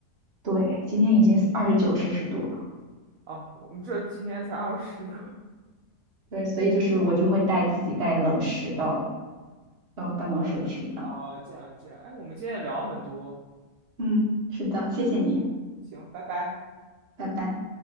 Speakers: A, on the right (about 45°); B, on the right (about 70°).
A: 对，今天已经二十九摄氏度了，
B: 哦，我们这今天才二十度。
A: 对，所以就是我就会带自己带冷食到到办公室吃，
B: <laughs> 哦，
A: 这样。
B: 哦，这样这样，哎，我们今天也聊了很多，
A: 嗯，是的，谢谢你，
B: 行，拜拜。
A: 拜拜。